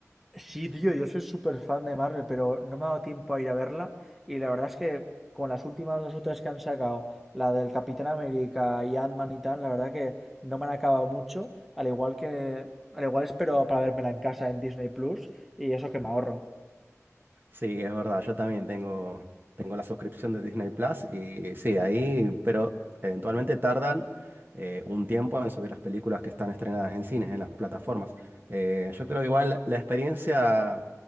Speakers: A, in the centre; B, on the right.
A: Sí, tío, yo soy súper fan de Marvel, pero no me ha dado tiempo a ir a verla. Y la verdad es que con las últimas dos o tres que han sacado, la del Capitán América y Ant-Man y tal, la verdad que no me han acabado mucho. Al igual que, al igual espero para vérmela en casa en Disney Plus y eso que me ahorro.
B: Sí, es verdad, yo también tengo, tengo la suscripción de Disney Plus y sí, ahí, pero eventualmente tardan eh, un tiempo en subir las películas que están estrenadas en cines, en las plataformas. Eh, yo creo que igual la experiencia